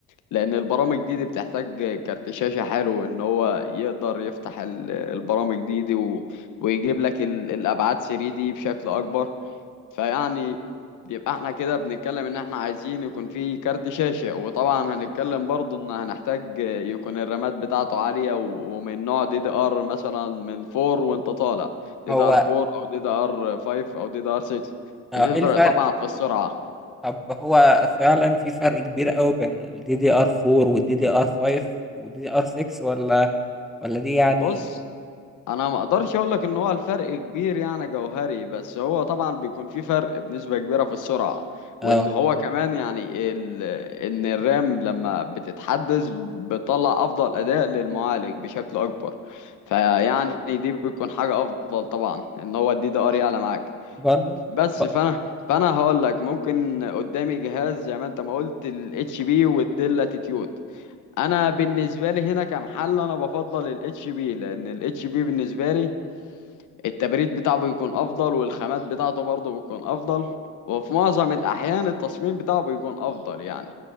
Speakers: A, on the left (about 75°); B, in the centre.
A: لان البرامج دي, دي بتحتاج كارت شاشة حلو ان هو يقدر يفتح ال- البرامج دي, دي و... ويجيب لك ال... الابعاد 3 دي بشكل اكبر فيعني يبقى احنا كده بنتكلم ان احنا عايزين يكون في كارت شاشة وطبعا هنتكلم برضه ان هنحتاج يكون الرامات بتاعته عالية و... ومن نوع دي دي ار مثلا من 4 وانت طالع دي
B: هو
A: دي ار 4 او دي دي ار 5 او دي دي ار 6
B: آه،
A: بتفرق
B: ايه الفرق
A: طبعا في السرعة
B: طب هو فعلا في فرق كبير قوي بين الدي دي ار 4 والدي دي ار 5 والدي دي ار 6 ولا ولا دي يعني
A: بص انا ما اقدرش اقول لك ان هو الفرق كبير يعني جوهري بس هو طبعا بيكون في فرق بنسبة كبيرة في السرعة
B: اه
A: وان هو كمان يعني ال... ان الرام لما بتتحدث بتطلع افضل اداء للمعالج بشكل اكبر فيعني دي بتكون حاجة افضل طبعا ان هو الدي دي ار يعلى معاك
B: برضو
A: بس
B: ب...
A: فانا فانا هقول لك ممكن قدامي جهاز زي ما انت ما قلت الاتش بي والديل اتيتيود انا بالنسبه لي هنا كمحل انا بفضل الاتش بي لان الاتش بي بالنسبه لي التبريد بتاعه بيكون افضل والخامات بتاعته برضه بتكون افضل وفي معظم الاحيان التصميم بتاعه بيكون افضل يعني